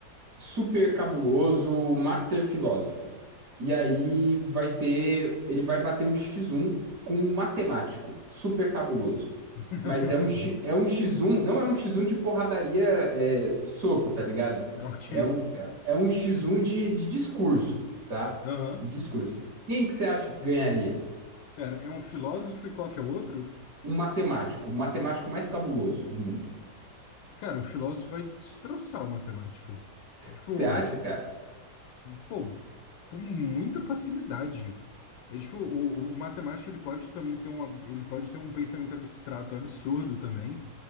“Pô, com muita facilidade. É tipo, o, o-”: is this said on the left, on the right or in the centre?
Left